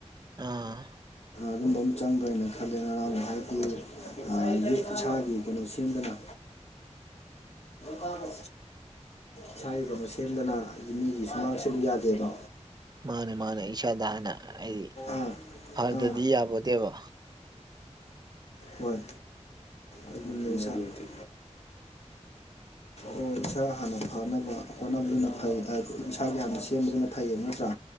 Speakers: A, on the right; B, on the left.
A: ꯑꯥ
B: ꯑꯗꯨꯝꯕ ꯑꯃ ꯆꯪꯕ꯭ꯔꯥꯅ ꯈꯜꯂꯦ ꯅꯔꯥꯡ ꯍꯥꯏꯗꯤ ꯏꯁꯥꯒꯤ ꯀꯩꯅꯣ ꯁꯦꯝꯗꯅ ꯀꯕ ꯏꯁꯥꯒꯤ ꯀꯩꯅꯣ ꯁꯦꯝꯗꯅꯗꯤ ꯃꯤꯒꯤ ꯁꯨꯃꯥꯡ ꯁꯤꯂ ꯌꯥꯗꯦꯕ
A: ꯃꯥꯅꯦ ꯃꯥꯅꯦ ꯏꯁꯥꯗ ꯍꯥꯟꯅ ꯍꯥꯏꯗꯤ
B: ꯎꯝ
A: ꯐꯗꯗꯤ
B: ꯑꯥ
A: ꯌꯥꯄꯣꯠꯇꯦꯕ
B: ꯍꯣꯏ ꯑꯗꯨ ꯂꯩꯁꯇ ꯑꯣ ꯏꯁ ꯍꯅ ꯐꯅꯕ ꯍꯣꯠꯅꯕꯗꯨꯅ ꯐꯩ ꯏꯁꯥꯒꯤ ꯍꯥꯟꯅ ꯁꯦꯝꯕꯗꯨꯅ ꯐꯩꯌꯦꯕ ꯅꯠꯇ꯭ꯔꯥ